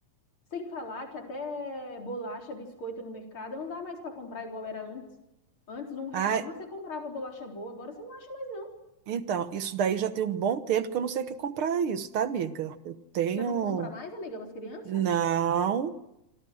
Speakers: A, on the left (about 40°); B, on the right (about 60°).
A: Sem falar que até bolacha, biscoito no mercado não dá mais para comprar igual era antes. Antes, um real
B: Ah,
A: você comprava bolacha boa, agora você não acha mais não.
B: então, isso daí já tem um bom tempo que eu não sei o que comprar isso, tá, amiga? Eu tenho.
A: Você não compra mais, amiga, para as crianças?
B: Não,